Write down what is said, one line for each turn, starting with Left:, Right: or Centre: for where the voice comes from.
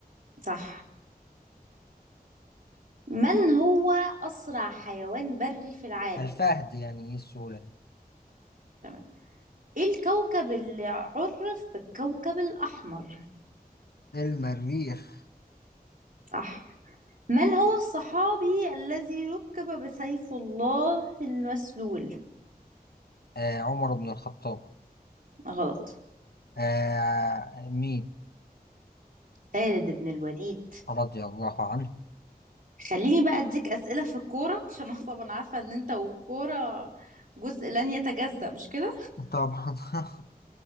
Right: صح من هو أسرع حيوان بري في العالم؟
Left: الفهد يعني إيه السهولة دي
Right: تمام إيه الكوكب اللي عرف بالكوكب الأحمر؟
Left: المريخ
Right: صح من هو الصحابي الذي ركب بسيف الله المسلول؟
Left: آه عمر بن الخطاب
Right: غلط
Left: آه مين
Right: خالد بن الوليد
Left: رضي الله عنه
Right: خليني بقى أديك أسئلة في الكورة عشان أنا طبعا عارفة إن أنت والكورة جزء لن يتجزأ مش كده؟
Left: طبعا <laughs>